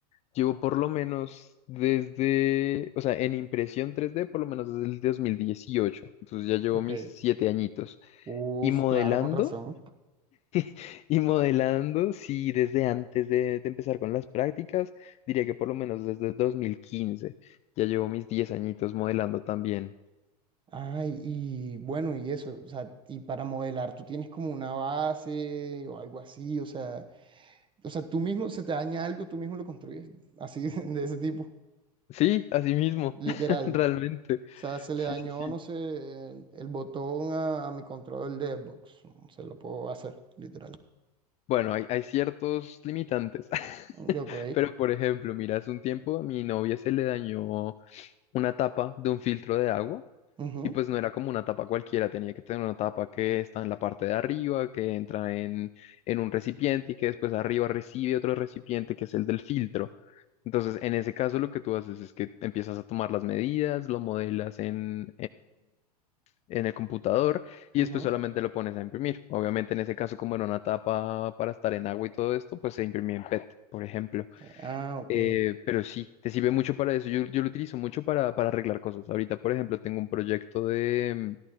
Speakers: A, on the left; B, on the right.
A: llevo por lo menos desde, o sea, en impresión tres d por lo menos desde el dos mil dieciocho entonces ya llevo
B: ok.
A: mis siete añitos.
B: Uf,
A: Y modelando,
B: claro, con razón.
A: <laughs> y modelando, sí, desde antes de, de empezar con las prácticas, diría que por lo menos desde 2015 ya llevo mis 10 añitos modelando también.
B: Ay, y bueno, y eso, o sea, y para modelar tú tienes como una base o algo así, o sea, o sea, tú mismo se te daña algo, tú mismo lo construyes, así <laughs> de ese tipo,
A: Sí, así mismo,
B: literal.
A: <laughs> realmente.
B: O sea, se le
A: Sí,
B: dañó,
A: sí, sí.
B: no sé, el botón a, a mi control de Xbox, mm, se lo puedo hacer, literal.
A: Bueno, hay, hay ciertos limitantes, <laughs>
B: Ok,
A: pero por ejemplo, mira, hace un tiempo a mi novia se le dañó una tapa de un filtro de agua
B: ujú,
A: y pues no era como una tapa cualquiera, tenía que tener una tapa que está en la parte de arriba, que entra en, en un recipiente y que después arriba recibe otro recipiente que es el del filtro. Entonces, en ese caso lo que tú haces es que empiezas a tomar las medidas, lo modelas en, en el computador y
B: ujú.
A: después solamente lo pones a imprimir. Obviamente en ese caso, como era una tapa para estar en agua y todo esto, pues se imprimía en PET, por ejemplo.
B: Eh, Ah, ok,
A: Eh, pero sí, te sirve mucho para eso. Yo, yo lo utilizo mucho para, para arreglar cosas. Ahorita, por ejemplo, tengo un proyecto de,